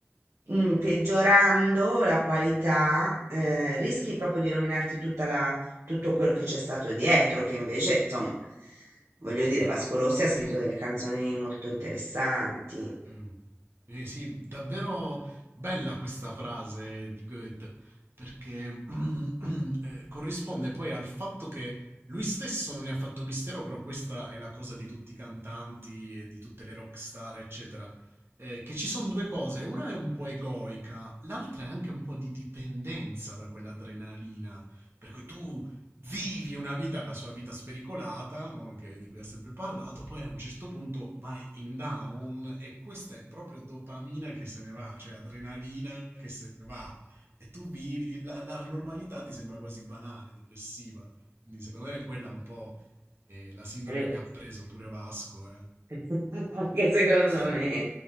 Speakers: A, on the right (about 70°); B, on the right (about 55°).
A: mm, peggiorando la qualità eh, rischi proprio di rovinarti tutta la- tutto quello che c'è stato dietro, che invece, insomma, voglio dire, Vasco Rossi ha scritto
B: Mm.
A: delle canzoni molto interessanti.
B: Mh. Eh sì, davvero bella questa frase di Goethe, perché, <clears throat> ehm, corrisponde poi al fatto che lui stesso non ne ha fatto mistero, però questa è la cosa di tutti i cantanti e di tutte le rock star, eccetera, ehm, che ci son 2 cose, una è un po' egoica, l'altra è anche un po' di dipendenza da quell'adrenalina, per cui tu vivi una vita, la sua vita spericolata, no? che- di cui ha sempre parlato, poi a un certo punto vai in down e questa è proprio dopamina che se ne va, cioè adrenalina che se ne va. E tu vivi, la, la normalità ti sembra quasi banale, depressiva. Quindi secondo me è quella un po' eh, la sindrome
A: Eh,
B: che ha preso pure Vasco. eh.
A: <laughs> Anche secondo
B: <laughs>
A: me,